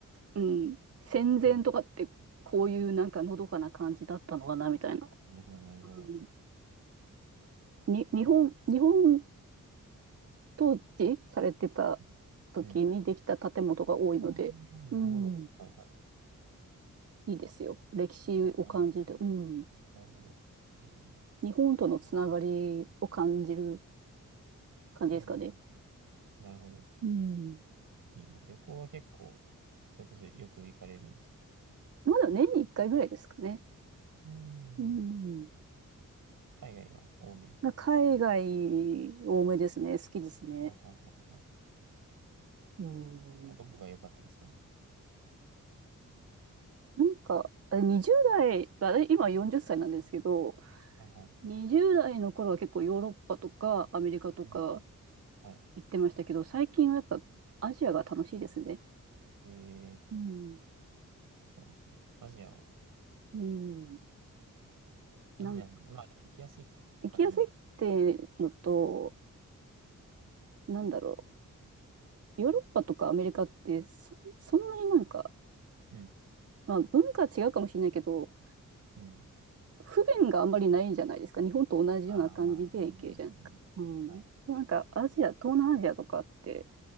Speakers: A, on the right; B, on the right.
A: うん、戦前とかってこういうなんかのどかな感じだったのかな、
B: うん。
A: みたいな。
B: なるほど、なるほど。
A: うんに、
B: そう。
A: 日本、日本統治されてた
B: うん。
A: 時にできた建物が多いので、
B: うんああ、なるほど。
A: うん、
B: はいはい。
A: いいですよ。歴史を感じると、
B: 名残
A: うん、
B: なるほど。ええ
A: 日本とのつながりを感じる感じですかね。
B: うんうんうん。なるほど。
A: うん。
B: いいな。旅行は結構、それこそよく行かれるんですか
A: まだ年に1回ぐらいですかね。
B: うん。
A: うん。
B: 海外が多め。
A: まあ海外多めですね。好きですね。
B: はいはいはいはい。
A: うん。
B: あ、どこが良かったですか
A: なんか、あれ20代、まあれ今40歳なんですけど、
B: はいは
A: 20代の頃は結構ヨーロッパとかアメリカとか
B: い。うん。は
A: 行ってましたけど、最近はやっぱアジアが楽しいですね。
B: い。えー、
A: うん。
B: そうなんですね。アジアは、
A: うん。
B: アジア、
A: なんか、
B: まあでも行きやすいからいいのか。
A: 行きやすいってのと、なんだろう。ヨーロッパとかアメリカってそ、そんなになんか、
B: うん。
A: まあ文化は違うかもしれないけど、
B: うん。
A: 不便があんまりないじゃないですか。日本と同じような感じで行けるじゃないですか。
B: ああ、まあ、うん、うん、うん。
A: うん。
B: はいは
A: なんかアジア、東南アジアとかって